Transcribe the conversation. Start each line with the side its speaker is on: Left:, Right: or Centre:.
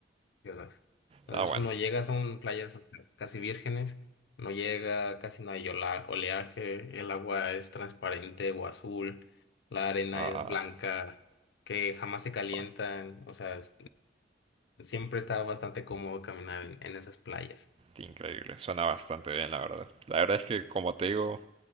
Left: preciosas. Entonces
Right: Ah, bueno.
Left: uno llega, son playas casi vírgenes, no llega, casi no hay ola- oleaje, el agua es transparente o azul, la arena
Right: Ah,
Left: es
Right: ah,
Left: blanca, que jamás se calientan,
Right: ah,
Left: o sea, es- siempre está bastante cómodo caminar en, en esas playas.
Right: increíble. Suena bastante bien, la verdad. La verdad es que, como te digo,